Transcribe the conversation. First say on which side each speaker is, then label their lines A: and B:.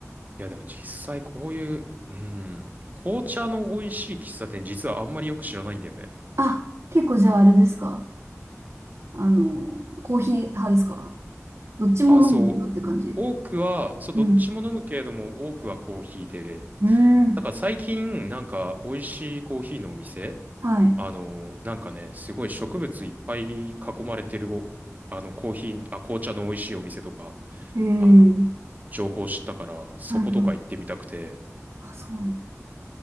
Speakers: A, on the right; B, on the right.
A: いや、でも実際こういう、うん、紅茶の美味しい喫茶店、実はあんまりよく知らないんだよね。
B: あ、結構じゃああれですかあの、コーヒー派ですかどっちも飲んでるって感じ。
A: あ、そう。多くは、そう、
B: うん。
A: どっちも飲むけれども、多くはコーヒーで、
B: うーん。
A: だから最近、なんか、美味しいコーヒーのお店、
B: はい。
A: あの、なんかね、すごい植物いっぱい囲まれてるお、あの、コーヒー、あ、紅茶の美味しいお店とか、
B: へえ。
A: あの、情報知ったから、そことか行ってみたくて、
B: はいはい。あ、そうなの。